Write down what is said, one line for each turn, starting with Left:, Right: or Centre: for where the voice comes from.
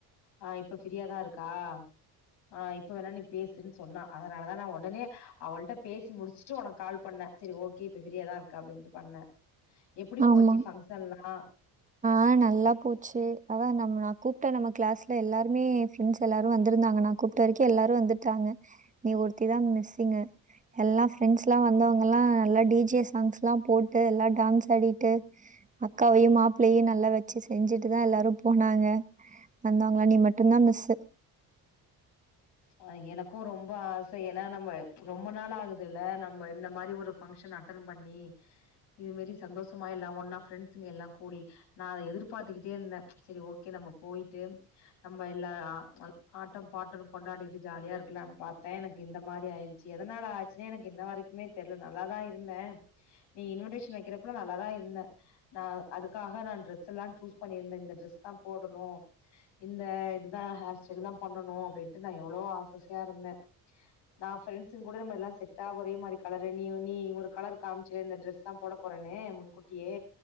Left: ஆ இப்ப ஃபரீயாதா இருக்கா ஆ இப்ப வேணா நீ பேசுன் சொன்னா அதனாலதா நா ஒடனே அவள்ட்ட பேசி முடிச்ட்டு ஒனக்கு கால் பண்ணே செரி ஓகே இப்ப ஃப்ரீயா தா இருக்கா அப்டின்ட்டு பண்ணே எப்டி போச்சு
Right: ஆமா.
Left: ஃபங்க்ஷன்லா
Right: ஆ நல்லா போச்சு அதா நம்ம நா கூப்ட்ட நம்ம கிளாஸ்ல எல்லாருமே ஃப்ரெண்ட்ஸ் எல்லாரு வந்திருந்தாங்க நா கூப் ட வரைக்கு எல்லாரு வந்துட்டாங்க நீ ஒருத்திதா மிஸ்சிங்கு எல்லா ஃப்ரெண்ட்ஸ்லா வந்தவ்ங்கலா நல்லா டி ஜெ சாங்ஸ்லா போட்டு எல்லா டான்ஸ் ஆடிட்டு அக்காவையு மாப் பிள்ளயு நல்லா வெச்சு செஞ்சுட்டு தா எல்லாரு போனாங்க வந்தவ்ங்களா நீ மட்டுந்தா மிஸ்ஸு
Left: ஆ எனக்கு ரொம்ப ஆச ஏனா நம்ம ரொம்ப நாள் ஆகுதுல்ல நம்ம இந்த மாரி ஒரு ஃபங்க்ஷன் அட்டன் பண்ணி இது மாரி சந்தோஷமா எல்லா ஒன்னா ஃப்ரெண்ட்ஸுங்க எல்லா கூடி நா அத எதிர்பாத்துக்கிட்டே இருந்தே சேரி ஓகே நம்ம போயிட்டு நம்ப எல்லா ஆ அது ஆட்டம் பாட்டனு கொண்டாடிட்டு ஜாலியா இருக்கலான் பாத்தே எனக்கு இந்த மாரி ஆயிருச்சு எதனால ஆச்சுன்னே எனக்கு இன்ன வரைக் குமே தெர்ல நல்லாதா இருந்தே நீ இன்விடேஷன் வெக்கிறப்பலா நல்லாதா இருந்தே நா அதுக்காக நா டிரெஸெல்லா சூஸ் பண்ணிருந்தே இந்த இந்த ட்ரெஸ் தா போடணு இந்த இதுதா ஹேர் ஸ்டைல் தா பண்ணணு அப்டின்ட்டு நா எவ்ளவோ ஆசாசையா இருந்தே நா ஃப்ரெண்ட்ஸுங் கூட நம்ம எல்லா செட்டா ஒரே மாரி கலரு நீ நீ ஒரு கலரு காமிச்சேல இந்த டிரெஸ் இதுதா போட போறேன்னு முன்கூட்டியே